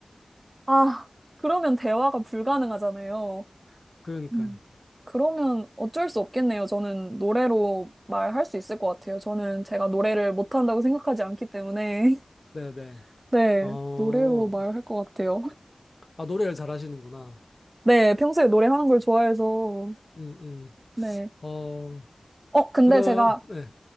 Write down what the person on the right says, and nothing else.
아, 그러면 대화가 불가능하잖아요.
음. 그러면 어쩔 수 없겠네요. 저는 노래로 말할 수 있을 것 같아요. 저는 제가 노래를 못한다고 생각하지 않기 때문에. <laughs>
네,
노래로 말할 것 같아요.
네, 평소에 노래하는 걸 좋아해서,
네.
어, 근데
제가